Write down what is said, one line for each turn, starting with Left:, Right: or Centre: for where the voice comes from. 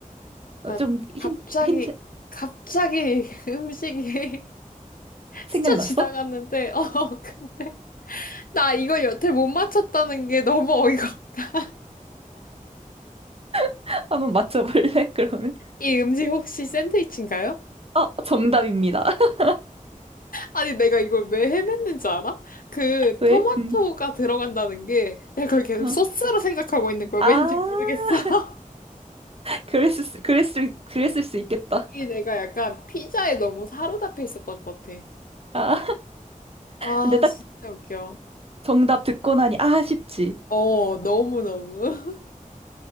Right: 어,
Left: 나
Right: 좀 힌,
Left: 갑자기,
Right: 힌트
Left: 갑자기 <laughs> 음식이 <laughs>
Right: 생각났어?
Left: 스쳐 지나갔는데, 어, 근데. 나 이거 여태 못 맞췄다는 게 너무 어이가 없다.
Right: <laughs> 한번 맞춰볼래? 그러면
Left: 이 음식 혹시 샌드위치인가요?
Right: 어 정답입니다. <laughs>
Left: 아니, 내가 이걸 왜 헤맸는지 알아? 그
Right: 왜?
Left: 토마토가
Right: 음.
Left: 들어간다는 게 내가 그걸 계속
Right: 어.
Left: 소스로 생각하고 있는 거야.
Right: 아
Left: 왠지 모르겠어. <laughs>
Right: 그랬을 수, 그랬을 그랬을 수 있겠다.
Left: 이 내가 약간 피자에 너무 사로잡혀 있었던 것 같아.
Right: 아
Left: 아,
Right: 근데 딱
Left: 진짜 웃겨.
Right: 정답 듣고 나니 아 쉽지.
Left: 어, 너무너무.